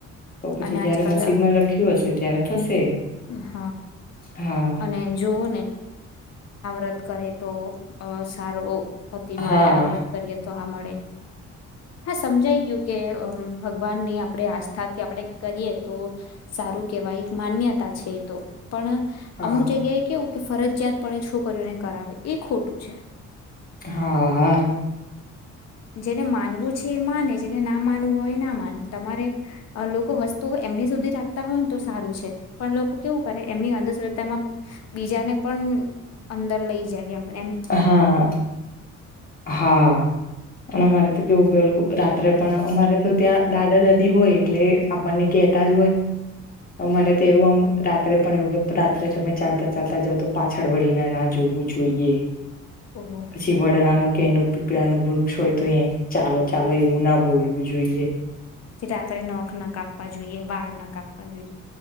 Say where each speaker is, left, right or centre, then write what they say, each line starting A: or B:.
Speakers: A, on the left; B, on the left.
A: તો પછી
B: અને આજકાલ
A: જયારે નસીબમાં લખ્યું હશે ત્યારે થશે
B: હ
A: હા
B: અને જોવું ને ્રત કરે તો અ સારો હતીતી મળે
A: હા
B: આવ વડત કરી હતી તો આ મળે હા સમજાઈ ગયું કે ભગવાન ની આપણે આસ્થાથી આપણે કરીએ તો સારું કેવાય એક માન્યતા છે એ તો પણ
A: હા
B: અમુક જગ્યાએ કેવું કે ફરજિયાત પણ છોકરીઓને કરાવે એ ખોટું છે
A: હા હા
B: જેને માનવું છે એ માને જેને ના માનવું હોય ના માને તમારે લોકો વસ્તુઓ એમની સુધી રાખતા હોય ને તો સારું છે પણ લોકો કેવું કરે એમની અંધશ્રદ્ધામાં બીજાને પણ અંદર લઈ જાય અમે
A: હા હા અને અમારે તો કેવું કેલું રાત્રે પણ અમારે તો ત્યાં દાદા દાદી હોય એટલે આપણને કેતા જ હોય અમારે તો એવું આમ રાત્રે પણ એવું કે રાત્રે તમે ચાલતા ચાલતા જાવ તો પાછળ વળીને ના જોવું જોઈએ
B: ઓહ
A: પછી વડાલાનું કેનું પ્રાણુ ગ્રુક સ ચાલો ચાલ લો એવું ના બોલવું જોઈએ
B: પછી રાત્રે નખ ના કાપવા જોઈએ વાળ ના કાપવા જોઈએ